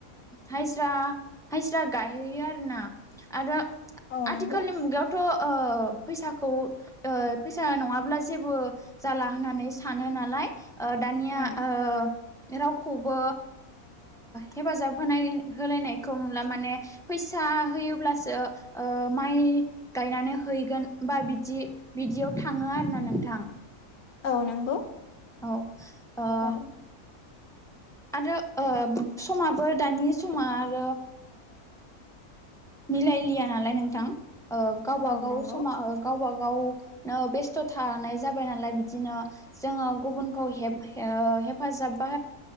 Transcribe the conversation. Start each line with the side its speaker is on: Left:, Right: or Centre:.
Centre: हजिरा हाजिरा गायहैयो आरोना आरो
Left: औ नंगौ
Centre: आथिखालनि मुगायावथ' ओ फैसाखौ फैसा नङाब्ला जेबो जाला होननानै सानो नालाय ओ दानिया
Left: उम
Centre: ओ रावखौबो हेफाजाब होनाय होलायनायखौ नुला माने फैसा होयोब्लासो माइ गायनानै हैगोन बा बि बिदियाव थाङो आरोना नोंथां
Left: औ नंगौ
Centre: औ ओ
Left: औ
Centre: आरो समाबो दानि समा आरो मिलायलिया नालाय नोंथां गावबागाव
Left: औ नंगौ
Centre: समा गावबा गाव गावनो बेस्थ' थानाय जाबाय नालाय बिदिनो जोङो गुबुनखौ हेप हेफाजाबबा